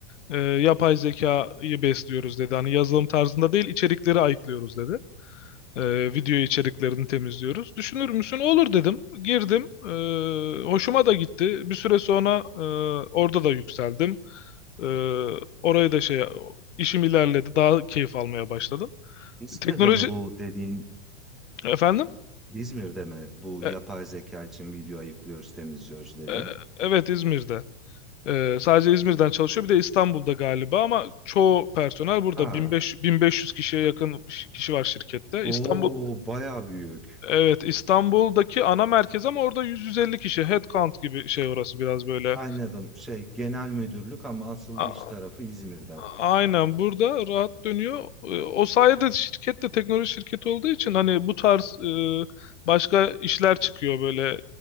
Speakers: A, on the left (about 85°); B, in the centre.
A: Ee, yapay zekayı besliyoruz dedi. Hani yazılım tarzında değil içerikleri ayıklıyoruz dedi. Ee, video içeriklerini temizliyoruz. Düşünür müsün? Olur dedim. Girdim. Ee, hoşuma da gitti. Bir süre sonra e, orada da yükseldim. Ee, orayı da şey işim ilerledi. Daha keyif almaya başladım.
B: İzmir'de
A: Teknoloji
B: mi bu dediğin,
A: efendim?
B: İzmir'de mi bu
A: E,
B: yapay zeka için video ayıklıyoruz, temizliyoruz dediğin?
A: E, Evet İzmir'de. E, sadece İzmir'den çalışıyor. Bir de İstanbul'da galiba ama çoğu personel burada.
B: Ha,
A: 1500, 1500 kişiye yakın kişi var şirkette.
B: o
A: İstanbul
B: bayağı büyük.
A: Evet İstanbul'daki ana merkez ama orada 100-150 kişi. Headcount gibi şey orası biraz böyle.
B: Anladım. Şey, genel müdürlük ama asıl
A: A-
B: iş tarafı İzmir'de.
A: Aynen burada rahat dönüyor. E, O sayede şirket de teknoloji şirketi olduğu için hani bu tarz e, başka işler çıkıyor böyle e,